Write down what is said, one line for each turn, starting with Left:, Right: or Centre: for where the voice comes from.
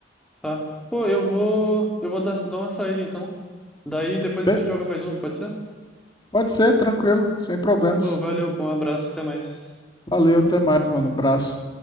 Centre: tá. Pô, eu vou, eu vou dar, dar uma saída então. Daí depois
Left: Be-
Centre: a gente joga mais uma, pode ser?
Left: Pode ser, tranquilo, sem problemas.
Centre: Pô, valeu, pô, um abraço, até mais.
Left: Valeu, até mais, mano. Abraço.